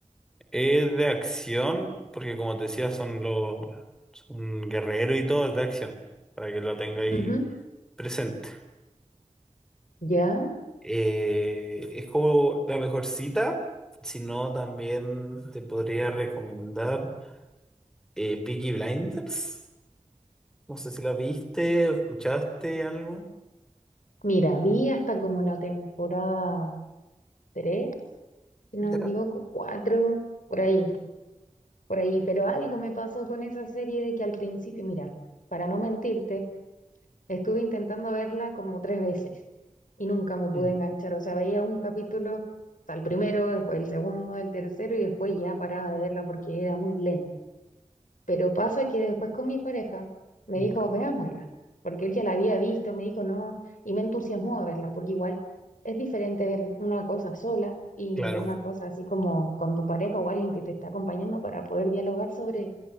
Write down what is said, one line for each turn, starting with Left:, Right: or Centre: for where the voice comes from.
Centre: es de acción, porque como te decía, son los, son guerreros y todo, es de acción, para que lo tenga ahí
Left: Ujú,
Centre: presente.
Left: ¿Ya?
Centre: Eh, es como la mejor cita. Si no, también te podría recomendar eh, Peaky Blinders. No sé si la viste o escuchaste algo.
Left: Mira, vi hasta como la temporada 3, si no
Centre: ¿Ya?
Left: me equivoco, 4 por ahí, por ahí, pero algo me pasó con esa serie de que al principio, mira, para no mentirte, Estuve intentando verla como tres veces y nunca me pude
Centre: Mm,
Left: enganchar. O sea, veía un capítulo, o sea, el primero, después el segundo, el tercero y después ya paraba de verla porque era muy lenta. Pero pasa que después con mi pareja me
Centre: mm.
Left: dijo, veámosla, porque él ya la había visto, me dijo, no, y me entusiasmó a verla, porque igual es diferente ver una cosa sola y
Centre: Claro,
Left: una cosa así como con tu pareja o alguien que te está acompañando para poder dialogar sobre